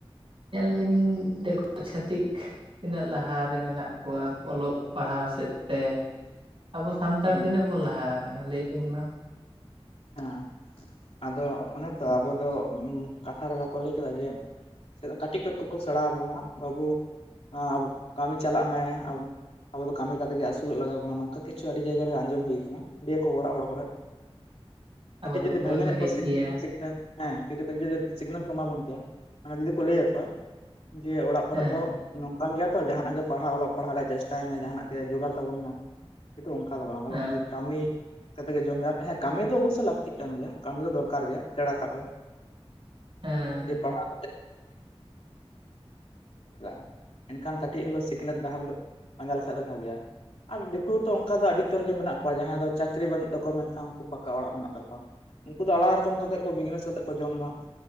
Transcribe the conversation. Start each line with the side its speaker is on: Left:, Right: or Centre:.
Right: ᱧᱮᱞ ᱵᱤᱱ ᱫᱤᱠᱩ ᱪᱷᱟᱹᱛᱤᱠ ᱛᱤᱱᱟᱹᱜ ᱞᱟᱦᱟᱨᱮ ᱢᱮᱱᱟᱜ ᱠᱚᱣᱟ ᱚᱞᱚᱜ ᱯᱟᱲᱦᱟᱣ ᱥᱮᱫ ᱛᱮ
Left: <inaudible>
Right: ᱟᱵᱚ ᱥᱟᱱᱛᱟᱲ
Left: ᱦᱩᱸ
Right: ᱛᱤᱱᱟᱹᱜ ᱵᱚᱱ ᱞᱟᱦᱟ ᱟᱠᱟᱱᱟ ᱞᱟᱹᱭᱵᱤᱱ ᱢᱟ
Left: ᱦᱮᱸ ᱟᱫᱚ ᱚᱱᱮ ᱛᱚ ᱟᱵᱚ ᱫᱚ ᱠᱟᱛᱷᱟ ᱨᱮ ᱵᱟᱠᱚ ᱞᱟᱹᱭ ᱠᱮᱫᱟ ᱡᱮ ᱠᱟᱹᱴᱤᱡ ᱠᱷᱚᱡ ᱠᱚᱠᱚ ᱥᱮᱬᱟᱣ ᱟᱵᱚᱱᱟ ᱵᱟᱹᱵᱩ ᱟᱢ ᱠᱟᱹᱢᱤ ᱪᱟᱞᱟᱜ ᱢᱮ ᱟᱢ ᱟᱵᱚ ᱫᱚ ᱠᱟᱹᱢᱤ ᱠᱟᱛᱮᱜ ᱜᱮ ᱟᱹᱥᱩᱞᱚᱜ ᱞᱟᱜᱟᱣ ᱟᱰᱚ ᱫᱚ ᱠᱟᱹᱢᱤ ᱠᱟᱛᱮᱜ ᱜᱮ ᱟᱥᱩᱞᱚᱜ ᱞᱟᱜᱟ ᱵᱚᱱᱟ ᱱᱚᱝᱠᱟ ᱠᱤᱪᱷᱩ ᱟᱹᱰᱤ ᱡᱟᱭᱜᱟ ᱨᱮ ᱟᱸᱡᱚᱢ ᱦᱩᱭ ᱠᱟᱱᱟ ᱞᱟᱹᱭ ᱟᱠᱚ ᱚᱲᱟᱜ ᱦᱚᱲ ᱠᱚᱨᱮᱜ
Right: ᱟᱵᱚ
Left: ᱠᱟᱹᱴᱤᱡ
Right: ᱫᱚᱵᱚᱱ
Left: ᱡᱩᱫᱤ ᱵᱷᱟᱜᱮ
Right: ᱨᱮᱸᱜᱮᱡ
Left: ᱧᱚᱜ ᱠᱚ ᱥᱤᱠᱷ
Right: ᱜᱮᱭᱟ
Left: ᱥᱤᱠᱷᱱᱟᱹᱛ ᱦᱮᱸ ᱪᱤᱠᱟᱹᱛᱮ ᱡᱩᱫᱤ ᱥᱤᱠᱷᱱᱟᱹᱛ ᱠᱚ ᱮᱢᱟ ᱵᱚᱱ ᱠᱮᱭᱟ ᱢᱟᱱᱮ ᱡᱩᱫᱤ ᱠᱚ ᱞᱟᱹᱭ ᱟᱠᱚᱣᱟ ᱡᱮ ᱚᱲᱟᱜ ᱠᱚᱨᱮ
Right: ᱦᱮᱸ
Left: ᱫᱚ ᱱᱚᱝ ᱱᱚᱝᱠᱟᱱ ᱜᱮᱭᱟ ᱛᱚ ᱡᱟᱦᱟᱱᱟᱜ ᱜᱮ ᱯᱟᱲᱦᱟᱣ ᱚᱞᱚᱜ ᱯᱟᱲᱦᱟᱣ ᱨᱮᱭᱟᱜ ᱪᱮᱥᱴᱟᱭ ᱢᱮ ᱡᱟᱦᱟᱱᱟᱜ ᱜᱮ ᱡᱚᱜᱟᱲ ᱛᱟᱵᱚᱱ ᱢᱮ᱾ ᱠᱤᱱᱛᱩ ᱚᱱᱠᱟ ᱫᱚ ᱵᱟᱝ ᱜᱮ
Right: ᱦᱮᱸ
Left: ᱠᱟᱹᱢᱤ ᱠᱟᱛᱮᱜ ᱜᱮ ᱡᱚᱢ ᱢᱮ ᱟᱨ ᱛᱟᱦᱸ ᱠᱟᱹᱢᱤ ᱫᱚ ᱚᱵᱚᱥᱳᱭ ᱞᱟᱹᱠᱛᱤᱜ ᱠᱟᱱ ᱜᱮᱭᱟ᱾ ᱠᱟᱹᱢᱤ ᱫᱚ ᱫᱚᱨᱠᱟᱨ ᱜᱮ ᱥᱮᱬᱟ ᱠᱷᱟᱡ ᱫᱚ
Right: ᱦᱮᱸ
Left: ᱡᱮ ᱯᱟᱲᱦᱟᱣ <unintelligible> ᱮᱱᱠᱷᱟᱱ ᱠᱟᱹᱴᱤᱡ ᱦᱚᱞᱚ ᱥᱤᱠᱷᱱᱟᱹᱛ ᱡᱟᱦᱟᱸᱨᱮ ᱫᱚ ᱯᱟᱸᱡᱟ ᱞᱮᱠᱷᱟᱡ ᱫᱚ ᱵᱷᱟ. ᱜᱤ ᱜᱮᱭᱟ᱾ ᱟᱨ ᱫᱤᱠᱩ ᱛᱚ ᱚᱱᱠᱟ ᱫᱚ ᱟᱹᱰᱤ ᱩᱛᱟᱹᱨ ᱜᱮ ᱢᱮᱱᱟᱜ ᱠᱚᱣᱟ ᱡᱟᱦᱟᱸᱭ ᱫᱚ ᱪᱟᱹᱠᱨᱤ ᱵᱟᱹᱱᱩᱜ ᱛᱟᱠᱚᱣᱟ ᱢᱮᱱᱠᱷᱟᱱ ᱩᱱᱠᱩ ᱯᱟᱠᱟ ᱚᱲᱟᱜ ᱢᱮᱱᱟᱜ ᱛᱟᱠᱚᱣᱟ ᱩᱱᱠᱩ ᱫᱚ ᱟᱞᱟᱫᱟ ᱨᱚᱠᱚᱢ ᱠᱟᱛᱮᱜ ᱠᱚ ᱵᱤᱡᱽᱱᱮᱥ ᱠᱟᱛᱮᱜ ᱠᱚ ᱡᱚᱢ ᱮᱫᱟ᱾